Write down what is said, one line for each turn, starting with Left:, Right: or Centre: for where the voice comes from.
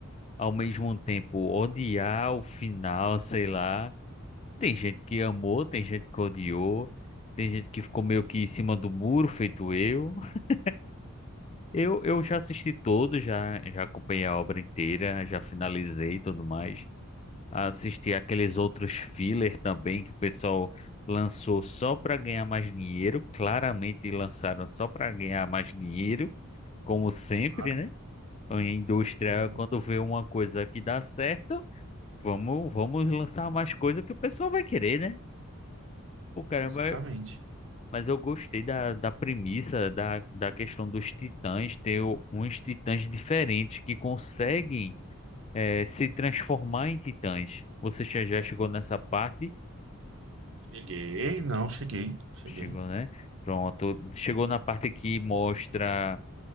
Left: ao mesmo tempo odiar o final, sei lá. Tem gente que amou, tem gente que odiou, tem gente que ficou meio que em cima do muro, feito eu. <laughs> Eu, eu já assisti todo, já, já acompanhei a obra inteira, já finalizei e tudo mais. Assisti aqueles outros filler também que o pessoal lançou só para ganhar mais dinheiro. Claramente lançaram só para ganhar mais dinheiro, como sempre,
Right: Claro.
Left: né? A indústria,
Right: Uhum,
Left: quando vê uma coisa que dá certo, vamos, vamos lançar mais coisa que o pessoal vai querer, né? Pô, caramba,
Right: Exatamente.
Left: mas eu gostei da, da premissa, da, da questão dos titãs, ter o- uns titãs diferentes que conseguem eh, se transformar em titãs. Você já já chegou nessa parte?
Right: Cheguei, não, cheguei, cheguei.
Left: Chegou, né? Pronto. Chegou na parte que mostra